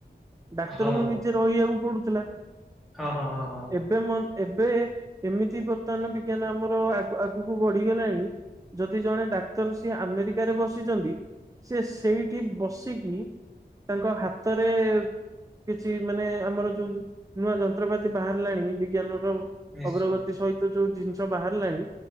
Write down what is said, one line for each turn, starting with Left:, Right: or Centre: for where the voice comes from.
Right: ଡାକ୍ତର
Centre: ହଁ
Right: ଙ୍କୁ ନିଜେ ରହିବାକୁ ପଡୁଥିଲା,
Centre: ହଁ ହଁ ହଁ ହଁ
Right: ଏବେ ମ ଏବେ ଏମିତି ବର୍ତ୍ତମାନ ବିଜ୍ଞାନ ଆମର ଆଗ ଆଗକୁ ବଢିଗଲାଣି ଯଦି ଜଣେ ଡାକ୍ତର ସିଏ ଆମେରିକରେ ବସିଚନ୍ତି ସିଏ ସେଇଠି ବସିକି ତାଙ୍କ ହାତରେ କିଛି ମାନେ ଆମର ଯୋଉ ନୂଆ ଯନ୍ତ୍ରପାତି ବାହାରିଲାଣି ବିଜ୍ଞାନର
Centre: ନିଶ୍ଚୟ
Right: ଅଗ୍ରଗତି ସହି ଯୋଉ ଜିନିଷ ବାହାରିଲାଣି